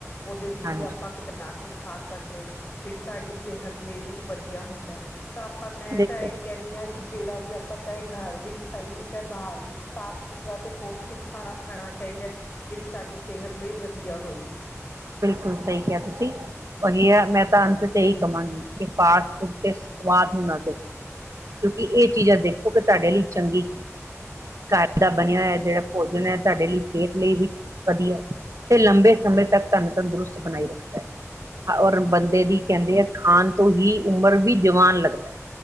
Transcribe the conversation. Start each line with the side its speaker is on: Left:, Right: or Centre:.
Left: ਓਦੇ ਵਿੱਚ
Right: ਹਾਂਜੀ
Left: ਵੀ ਆਪਾਂ ਜਾ ਕੇ ਖਾਸ ਸਕਦੇ ਆ ਜੇੜੀ ਸਾਡੀ ਸਿਹਤ ਲਈ ਵੀ ਵਧੀਆ ਹੁੰਦਾ ਤਾਂ ਆਪਾਂ ਮੈਂ
Right: ਬਿਲਕੁਲ
Left: ਤਾਂ ਇਹੀ ਕੇਨੀ ਆ, ਕਿ ਜੇੜਾ ਵੀ ਆਪਾਂ ਚਾਹੇ ਘਰ ਵਿੱਚ ਖਾਈਏ ਚਾਹੇ ਬਾਹਰ ਵਿੱਚ ਸਾਫ਼ ਸੁਥਰਾ ਤੇ ਪੌਸ਼ਟਿਕ ਖਾਣਾ ਖਾਨਾ ਚਾਈਦਾ ਜੇੜੀ ਸਾਡੀ ਸਿਹਤ ਲਈ ਵਧੀਆ ਹੋਏ।
Right: ਬਿਲਕੁਲ ਸਹੀ ਕਿਹਾ ਤੁਸੀਂ। ਉਹੀ ਆ ਮੈਂ ਤਾਂ ਅੰਤ ਤੇ ਏਹੀ ਕਵਾਂਗੀ ਕਿ ਫਾਸਟ ਫੂਡ ਤੇ ਸਵਾਦ ਹੀ ਨਾ ਦੇਖ ਕਿਉਂਕਿ ਏ ਚੀਜ਼ਾਂ ਦੇਖੋ ਕਿ ਤੁਹਾਡੇ ਲਈ ਚੰਗੀ ਘਰ ਦਾ ਬਣਿਆ ਹੋਇਆ ਜੇੜਾ ਭੋਜਨ ਐ ਤੁਹਾਡੇ ਲਈ ਸਿਹਤ ਲਈ ਵੀ ਵਧੀਆ ਤੇ ਲੰਬੇ ਸਮੇਂ ਤੱਕ ਸਾਨੂੰ ਤੰਦਰੁਸਤ ਬਣਾਈ ਰੱਖਦਾ ਔਰ ਬੰਦੇ ਦੀ ਕੇੰਦੇ ਹੈ ਖਾਣ ਤੋਂ ਹੀ ਉਮਰ ਵੀ ਜਵਾਨ ਲੱਗਦਾ